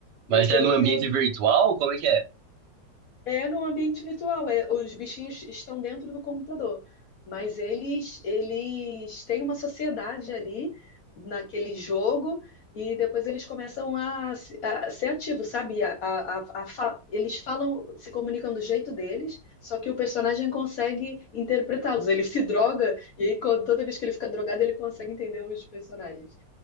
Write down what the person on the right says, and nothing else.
Mas
é no
ambiente
virtual? Como é que é?